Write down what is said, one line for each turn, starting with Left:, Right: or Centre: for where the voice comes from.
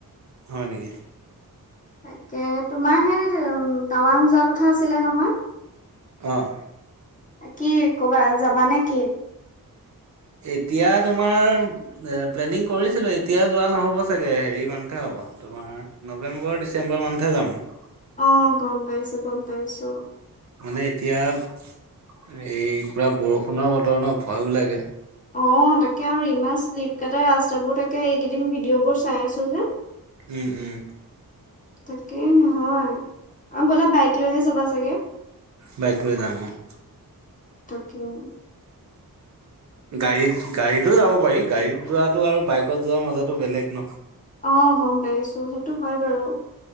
Right: হয় নেকি?
Left: তাকে তোমাৰ হে হেল্লো' টাৱাং যোৱা কথা আছিলে নহয়
Right: অ',
Left: কি ক'বা, যাবা নে কি?
Right: এতিয়া তোমাৰ এ প্লেনিং কৰিছিলো এতিয়া যোৱা নহ'ব চাগে হেৰি মানতহে হ'ব, তোমাৰ নৱেম্বৰ ডিচেম্বৰ মানতহে যাম আ
Left: অ', গম পাইছো, গম পাইছো।
Right: মানে এতিয়া এই পুৰা বৰষুণৰ বতৰ ন, ভয়ো লাগে
Left: অ', তাকে আৰু ইমান শ্লিপ কাটে ৰাষ্ট যাব তাকে এইকেইদিন ভিডিঅ' বোৰ চাই আছো যে
Right: উম', উম',
Left: তাকে হে হয় আৰু গলে বাইক লৈহে যাবা চাগে?
Right: বাইক লৈ যাম, অঁ',
Left: উম
Right: গাড়ীত-গাড়ীতো যাব পাৰি গাড়ীত যোৱাটো আৰু বাইকত যোৱা মজাতো বেলেগ ন?
Left: অঁ', গম পাইছো, সেইটো হয় বাৰু,